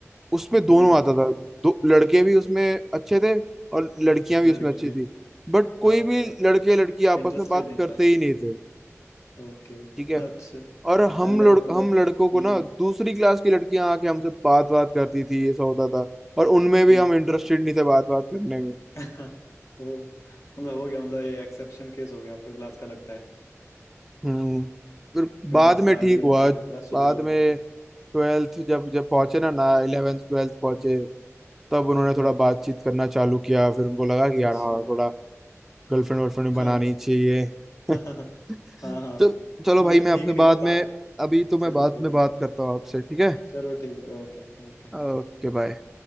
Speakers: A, in the centre; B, on the left.
A: उसमें दोनों
B: हम्म
A: आता था दो लड़के भी उसमें अच्छे थे और लड़कियां भी उसमें
B: लड़कियां
A: अच्छी
B: भी
A: थी
B: थी
A: बट कोई
B: हाँ
A: भी लड़के लड़की आपस
B: इंटरेस्टेड
A: में बात
B: नहीं
A: करते
B: था
A: ही नहीं थे
B: ओके
A: ठीक है
B: अच्छा
A: और हम
B: अलग
A: लड़
B: मतलब
A: हम लड़कों को
B: हम्म
A: ना दूसरी क्लास की लड़कियां आके हमसे बात बात करती थी ऐसा होता था
B: हम्म
A: और उनमें भी
B: हम्म।
A: हम इंटरेस्टेड नहीं थे बात बात करने में
B: <laughs> ओ मतलब हो गया मतलब ये एक्सेप्शन केस हो गया आपका क्लास का लगता है
A: हम्म फिर
B: कि
A: बाद
B: मतलब सारे
A: में ठीक
B: ही
A: हुआ
B: बच्चे थोड़ा सुधरे
A: बाद
B: हुए
A: में ट्वेल्थ जब जब पहुंचे ना ना इलेवेंथ ट्वेल्थ पहुंचे
B: हम्म
A: तब उन्होंने
B: हम्म
A: थोड़ा बातचीत करना चालू किया फिर उनको लगा कि यार
B: अच्छा
A: हाँ थोड़ा गर्लफ्रेंड वर्लफ्रेंड
B: हाँ
A: बनानी चाहिए <laughs>
B: हाँ हाँ
A: चल
B: हाँ हाँ।
A: चलो
B: मतलब
A: भाई मैं आपसे
B: ठीक नहीं
A: बाद
B: हुआ बात
A: में अभी तो मैं
B: चलो
A: बाद
B: ठीक
A: में बात
B: है
A: करता हूँ आपसे ठीक है
B: चलो ठीक है ओके ओके
A: Okay bye